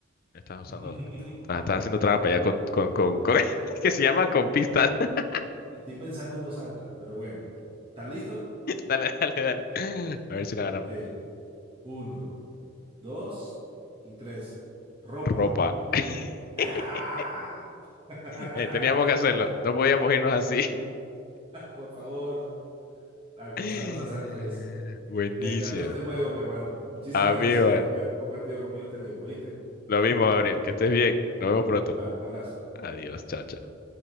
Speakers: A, on the left (about 45°); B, on the right (about 30°).
A: Ya Estás usando.
B: <laughs>
A: Estás, estás haciendo trampa ya con, con, con, con- <laughs> que se llama con pistas. <laughs>
B: Estoy pensando en voz alta, pero bueno. ¿Estás listo?
A: Dale, dale, dale. A ver si la ganamos.
B: Ok. Uno. dos y tres. Ropa.
A: Ropa. <laughs>
B: ¡Ah! <laughs>
A: Eh, Teníamos que hacerlo. No podíamos irnos así.
B: Por favor, alcanzamos
A: <laughs>
B: a hacer tres.
A: Buenísimo.
B: Me encantó este juego, mi hermano. Muchísimas
A: Amigo,
B: gracias por haber compartido conmigo este tiempo, ¿viste?
A: lo mismo, Gabriel, que estés bien. Nos vemos pronto.
B: Igual, un abrazo.
A: Adiós, chao, chao.